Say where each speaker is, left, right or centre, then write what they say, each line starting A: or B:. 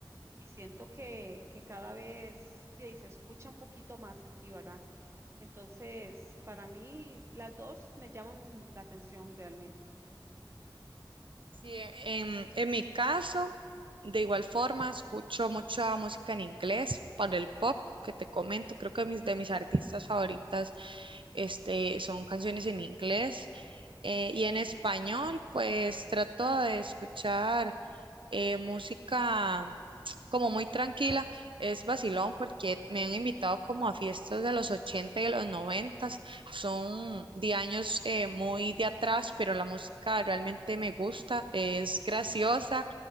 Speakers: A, on the right; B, on the right.
A: y siento que, que cada vez bien, se escucha un poquito más aquí, ¿verdad? Entonces, para mí, las dos me llaman la atención realmente.
B: Sí, e- en, en mi caso, de igual forma, escucho mucha música en inglés para el pop que te comento. Creo que mis, de mis artistas favoritas este, son canciones en inglés. Eh, y en español, pues trato de escuchar eh, música como muy tranquila, es vacilón porque me han invitado como a fiestas de los 80 y de los 90, son de años eh, muy de atrás, pero la música realmente me gusta, es graciosa,